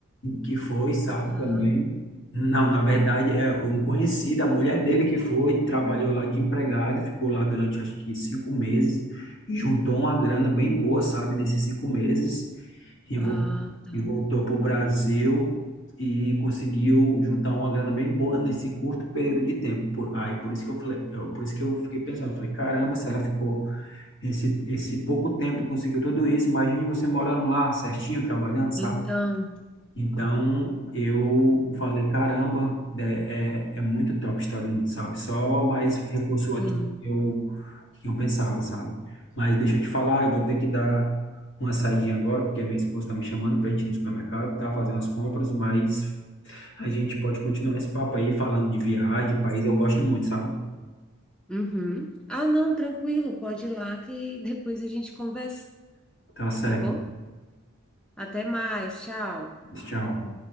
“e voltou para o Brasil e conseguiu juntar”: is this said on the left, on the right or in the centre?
Left